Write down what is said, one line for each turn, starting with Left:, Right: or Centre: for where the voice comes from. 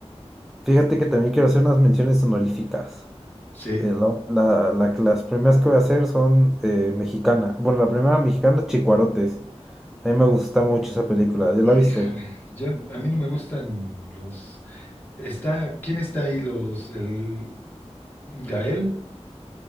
Centre: Fíjate que también quiero hacer unas menciones honoríficas.
Left: Sí.
Centre: Eh, la- la- la- las primeras que voy a hacer son eh, mexicana. Bueno, la primera mexicana, Chicuarotes. A mí me gusta mucho esa película. ¿Ya
Left: Híjole,
Centre: la viste?
Left: yo a mí no me gustan los. Está, ¿quién está ahí? Los, el Gael.